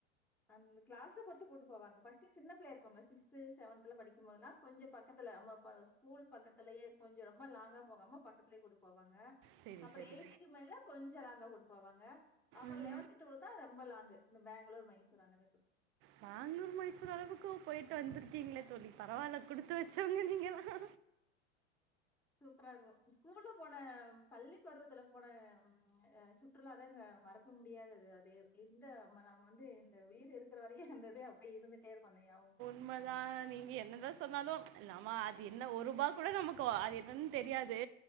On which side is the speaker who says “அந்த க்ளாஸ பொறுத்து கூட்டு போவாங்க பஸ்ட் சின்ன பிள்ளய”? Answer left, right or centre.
Centre